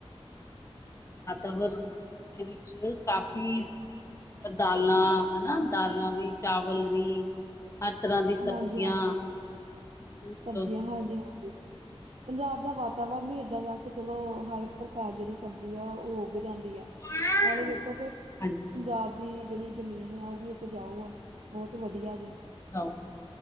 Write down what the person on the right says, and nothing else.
ਹਾਂਜੀ ਹਾਂਜੀ
ਸਬਜ਼ੀਆਂ ਹਾਂਜੀ-ਹਾਂਜੀ। ਪੰਜਾਬ ਦਾ ਵਾਤਾਵਰਨ ਈ ਏਦਾਂ ਦਾ ਕਿ ਚਲੋ ਹਰ ਇੱਕ ਪ੍ਰਕਾਰ ਜੇੜੀ ਸਬਜ਼ੀ ਆ ਓ ਉੱਗ ਜਾਂਦੀ ਆ।
ਨਾਲੇ ਵੇਖੋ ਕਿ ਪੰਜਾਬ
ਦੀ ਜੇਹੜੀ ਜ਼ਮੀਨ ਆ ਓ ਵੀ ਉਪਜਾਊ ਆ, ਬੋਤ ਵਧੀਆਂ ਜੇ।